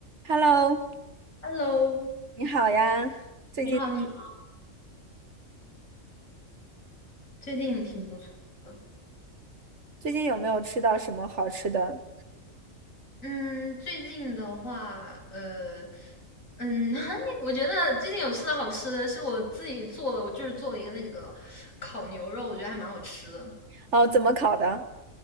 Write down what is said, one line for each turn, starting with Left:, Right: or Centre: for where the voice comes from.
Right: Hello，
Left: Hello，
Right: 你好呀，最近
Left: 你好，你好，最近挺不错的。
Right: 最近有没有吃到什么好吃的？
Left: 嗯，最近的话，呃，嗯，<laughs> 我觉得最近有吃的好吃的，是我自己做的，我就是做了一个那个烤牛肉，我觉得还蛮好吃的。
Right: 哦，怎么烤的？